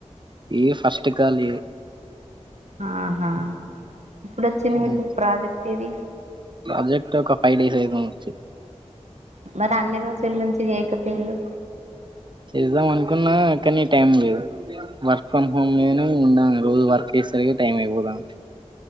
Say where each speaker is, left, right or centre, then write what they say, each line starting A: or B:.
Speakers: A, on the right; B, on the right.
A: ఇది ఫస్ట్ కాల్ ఇది
B: ఆహా ఇప్పుడు వచ్చింది
A: ఓహు
B: మీకు ప్రాజెక్ట్ ఇది
A: ప్రజెక్ట్ ఒక ఫైవ్ డేస్ అయితాంది వచ్చి.
B: మరి అన్ని రోజుల నుంచి చేయక పోయిల్లు.
A: చేస్ద్దాం అనుకున్నా కానీ టైం లేదు వర్క్ ఫ్రమ్ హోమ్ మీదనే ఉన్నాం రోజు వర్క్ చేసేసరికి టైం అయిపోతాంది.